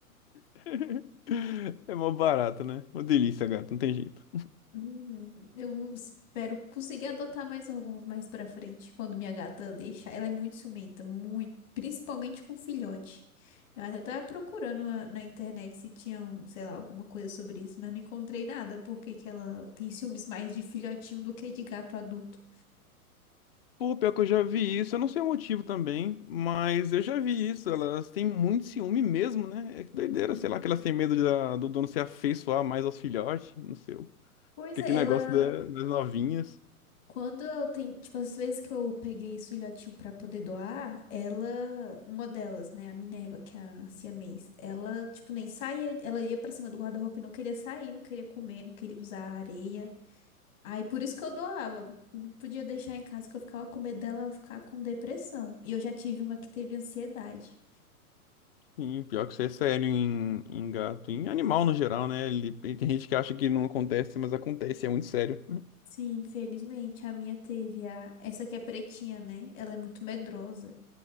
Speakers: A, on the left; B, on the left.
A: <laughs> É mó barato, né? Uma delícia, gato, não tem jeito.
B: Uhum. Eu espero conseguir adotar mais alguns mais pra frente, quando minha gata deixar. Ela é muito ciumenta, muito, principalmente com filhote. Eu até tava procurando na, na internet se tinha, um, sei lá, alguma coisa sobre isso, mas não encontrei nada, porque que ela tem ciúmes mais de filhotinho do que de gato adulto.
A: Pô, pior que eu já vi isso, eu não sei o motivo também, mas eu já vi isso, elas têm muito ciúme mesmo, né? É que
B: Uhum.
A: doideira, sei lá, que elas têm medo da- do dono se afeiçoar mais aos filhotes, não sei.
B: Pois
A: Porque
B: é,
A: aquele
B: ela.
A: negócio da- das novinhas.
B: Quando eu tenho, tipo, as vezes que eu peguei esse filhotinho pra poder doar, ela, uma delas, né, a Minerva, que é a siamês, ela, tipo, nem saía, ela ia pra cima do guarda-roupa e não queria sair, não queria comer, não queria usar a areia. Aí por isso que eu doava, não podia deixar em casa que eu ficava com medo dela ficar com depressão. E eu já tive uma que teve ansiedade.
A: Sim, pior que isso é sério em, em gato, em animal no geral, né? Ele, e tem gente que acha que não acontece, mas acontece, é muito sério.
B: Sim, infelizmente, a minha teve a, essa que é pretinha, né? Ela é muito medrosa.